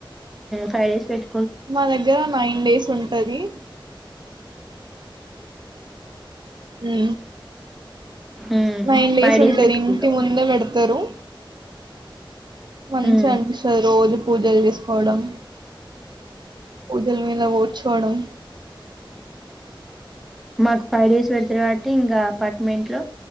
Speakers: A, in the centre; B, on the right.
A: ఫైవ్డేస్ పెట్
B: మా దగ్గర నైన్ డేస్ ఉంటది ఆ
A: ఉమ్
B: నైన్ డేస్
A: ఫైవ్
B: ఉంటది
A: పెట్టుకుంటాం
B: ఇంటి ముందు పెడ్ త్ తరు మంచి
A: ఉమ్
B: అన్చ రోజు పూజలు చేసుకోవడం పూజల మీద కూడ్చోవడం
A: మాకు ఫైవ్ డేస్ పెడుతారు కాబట్టి ఇంకా అపార్ట్మెంట్ లో